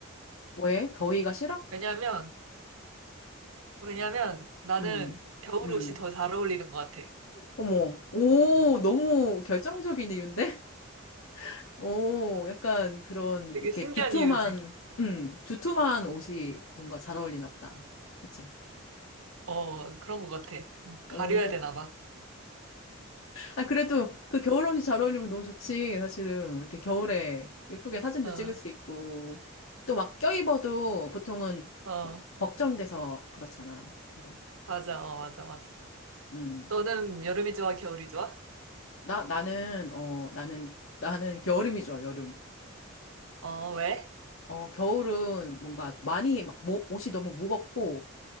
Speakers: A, on the left; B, on the right.
A: 왜? 더위가 싫어?
B: 왜냐면, 왜냐면 나는
A: 음.
B: 겨울
A: 음.
B: 옷이 더 잘 어울리는 것 같아.
A: 어머, 오, 너무 결정적인 이유인데? <laughs> 오, 약간 그런,
B: 되게
A: 이렇게
B: 신기한
A: 두툼한,
B: 이유지.
A: 음, 두툼한 옷이 뭔가 잘 어울리나 보다. 그치?
B: 어, 그런 것 같아. 응,
A: 오.
B: 가려야 되나 봐.
A: 아, 그래도 그 겨울 옷이 잘 어울리면 너무 좋지, 사실은. 이렇게 겨울에 예쁘게 사진도
B: 어,
A: 찍을 수 있고. 또 막 껴입어도 보통은
B: 어,
A: 막 걱정돼서 그렇잖아. 근데,
B: 맞아, 어, 맞아, 맞아.
A: 음.
B: 너는 여름이 좋아, 겨울이 좋아?
A: 나, 나는, 어, 나는, 나는 겨울임이 좋아, 여름.
B: 어, 왜?
A: 어, 겨울은 뭔가 많이 막 모- 옷이 너무 무겁고,